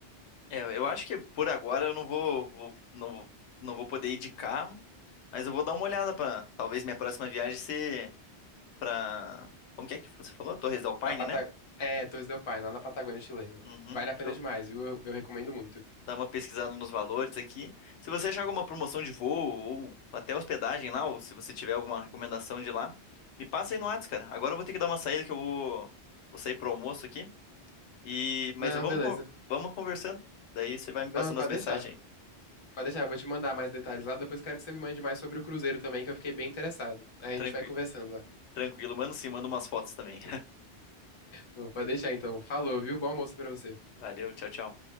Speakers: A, on the left; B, on the left.
A: É, eu acho que por agora eu não vou, vou- não, vou- não vou poder ir de carro, mas eu vou dar uma olhada para talvez minha próxima viagem ser para como que é que você falou? Torres del Paine,
B: Pra Pata...
A: né?
B: É, Torres del Paine, lá na Patagônia chilena.
A: Uhum.
B: Vale a pena
A: Eu
B: demais, viu? Eu, eu recomendo muito.
A: dar uma pesquisada nos valores aqui. Se você achar alguma promoção de voo ou até hospedagem lá, ou se você tiver alguma recomendação de lá, me passa aí no Whats, cara. Agora eu vou ter que dar uma saída que eu vou, vou sair pro almoço aqui. E mas
B: Não,
A: vamos
B: beleza.
A: con- vamos conversando. Daí você vai me
B: Não,
A: passando
B: pode
A: as mensagens
B: deixar.
A: aí.
B: Pode deixar, eu vou te mandar mais detalhes lá. Depois eu quero que você me mande mais sobre o Cruzeiro também, que eu fiquei bem interessado. Aí a
A: Tranquilo,
B: gente vai conversando lá.
A: tranquilo, mano. Sim, manda umas fotos também.
B: Bom, pode deixar então. Falou, viu? Bom almoço pra você.
A: Valeu, tchau, tchau.